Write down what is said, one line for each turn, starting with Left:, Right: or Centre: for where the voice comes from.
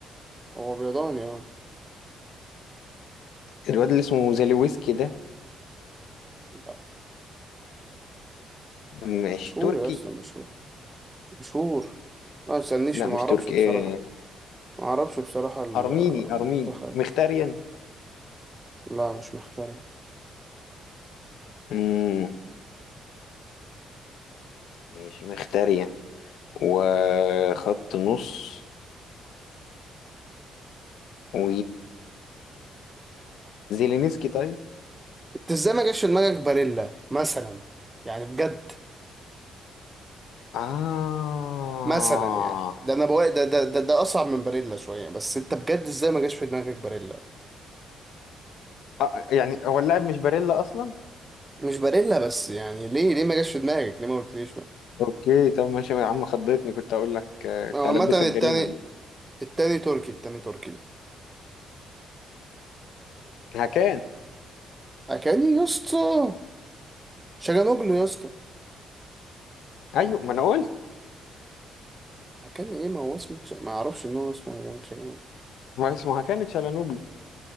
Right: هو بيضاني اه
Left: الواد اللي اسمه زاليويسكي ده
Right: لا
Left: مش
Right: مشهور
Left: تركي
Right: يا اسطى مشهور مشهور ما تسألنيش
Left: لا
Right: ما
Left: مش
Right: اعرفش
Left: تركي
Right: بصراحة
Left: آه
Right: ما اعرفش بصراحة المنتخب
Left: ارميني ارميني مختاريان
Right: لا مش مختار
Left: مم، مش مختاريان وخط نص و زيلينسكي طيب
Right: انت ازاي ما جاش في دماغك باريلا مثلا يعني بجد
Left: آه
Right: مثلا يعني ده انا بقول ده ده ده, ده اصعب من باريلا شويه بس انت بجد ازاي ما جاش في دماغك باريلا
Left: آه يعني هو اللاعب مش باريلا اصلا
Right: مش باريلا بس يعني ليه ليه ما جاش في دماغك ليه ما قلتليش بقى؟
Left: اوكي طب ماشي يا عم خضتني كنت اقول لك آه، كنت
Right: هو عامه
Left: هلبسك
Right: التاني
Left: جريمه دلوقتي
Right: التاني تركي التاني تركي
Left: هكان
Right: اكاني يا اسطى شجانوجلو يا اسطى
Left: ايوه ما انا قلت
Right: اكاني ايه ما هو اسمه ش- ما اعرفش ان هو اسمه اكاني شجانوجلو
Left: هو اسمه هكان تشالانوجلو